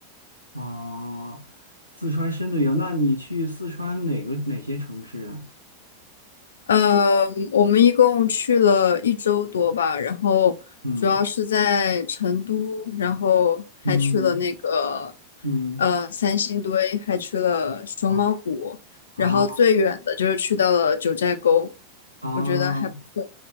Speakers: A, on the right; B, on the left.
A: 哦，四川深度游，那你去四川哪个哪些城市呢？
B: 呃，我们一共去了一周多吧，然后主要是在成都，
A: 嗯
B: 然后还去了那个
A: 嗯嗯，
B: 呃三星堆，还去了熊猫谷，
A: 哦哦
B: 然后最远的就是去到了九寨沟。
A: 哦，
B: 我觉得还不错。